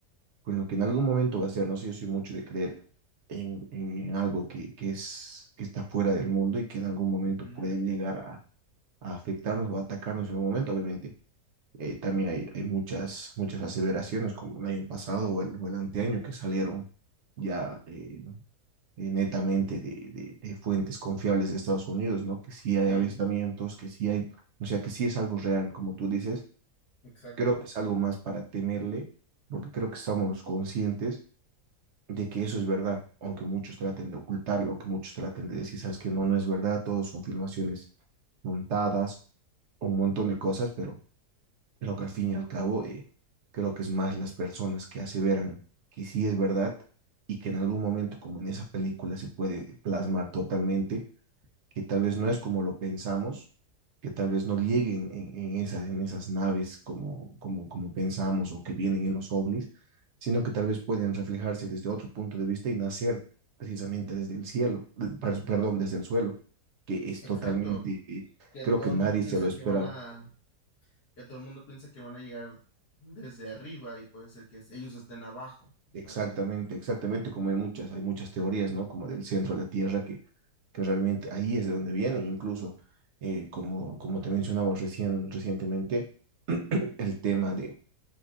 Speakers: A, on the right (about 70°); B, on the left (about 75°).
A: con lo que en algún momento va a ser. No sé, yo soy mucho de creer en, en algo que, que es, que está fuera del mundo y que en algún momento
B: Ujú,
A: puede llegar a, a afectarnos o a atacarnos en un momento. Obviamente, eh, también hay, hay muchas, muchas aseveraciones como el año pasado o el, o el anteaño que salieron ya eh, eh, netamente de, de, de, fuentes confiables de Estados Unidos, ¿no? Que sí
B: sí,
A: hay avistamientos, que sí hay, o sea, que sí es algo real, como tú dices.
B: exacto.
A: Creo que es algo más para temerle, porque creo que estamos conscientes de que eso es verdad, aunque muchos traten de ocultarlo, aunque muchos traten de decir, sabes que no, no es verdad, todos son filmaciones montadas, un montón de cosas, pero pero que al fin y al cabo eh, creo que es más las personas que aseveran que sí es verdad y que en algún momento, como en esa película, se puede plasmar totalmente, que tal vez no es como lo pensamos, que tal vez no lleguen en, en esas, en esas naves como, como, como pensamos o que vienen en los ovnis, sino que tal vez pueden reflejarse desde otro punto de vista y nacer precisamente desde el cielo, de- per- perdón, desde el suelo, que es
B: Exacto.
A: totalmente, eh,
B: Que
A: creo
B: todo
A: que
B: el
A: nadie
B: mundo piensa
A: se lo
B: que
A: esperaba.
B: van a, que todo el mundo piensa que van a llegar desde arriba y puede ser que ellos estén abajo, ¿sabes?
A: Exactamente, exactamente, como hay muchas, hay muchas teorías, ¿no? Como del centro de la Tierra, que, que realmente ahí es de donde viene, incluso, eh, como, como te mencionaba recién, recientemente, <clears throat> el tema de,